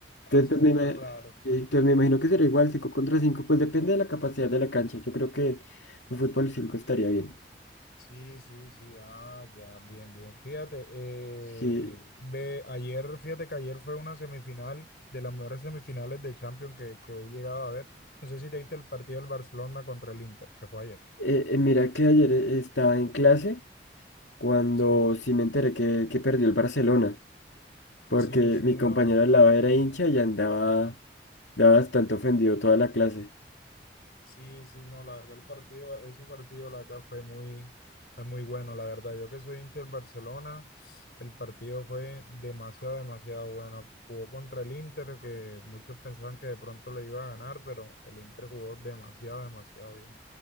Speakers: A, on the left (about 60°); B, on the left (about 80°).
A: Ah
B: Entonces,
A: cemento,
B: pues, me, ima-
A: claro.
B: eh, entonces me imagino que será igual 5 contra 5, pues depende de la capacidad de la cancha. Yo creo que un fútbol 5 estaría bien.
A: Sí, sí, sí, ah, ya, bien, bien. Fíjate, eh,
B: Sí,
A: ve, ayer, fíjate que ayer fue una semifinal de las mejores semifinales de Champions que, que he llegado a ver. No sé si te viste el partido del Barcelona contra el Inter, que fue ayer.
B: Eh, eh, mira que ayer eh, estaba en clase cuando
A: Sí,
B: sí me enteré que, que perdió el Barcelona. porque
A: sí, sí,
B: mi compañero
A: no.
B: al lado era hincha y andaba, andaba bastante ofendido toda la clase.
A: Sí, sí, no, la verdad el partido, ese partido la verdad fue muy, fue muy bueno, la verdad. Yo que soy hincha del Barcelona, el partido fue demasiado, demasiado bueno. Jugó contra el Inter, que muchos pensaban que de pronto le iba a ganar, pero el Inter jugó demasiado, demasiado bien.